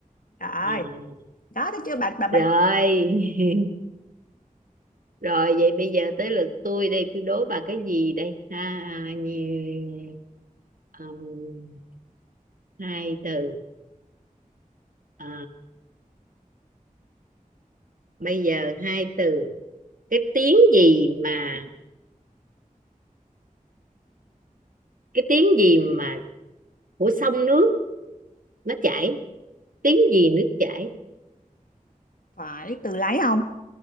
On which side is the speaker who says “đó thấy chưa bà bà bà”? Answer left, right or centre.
Left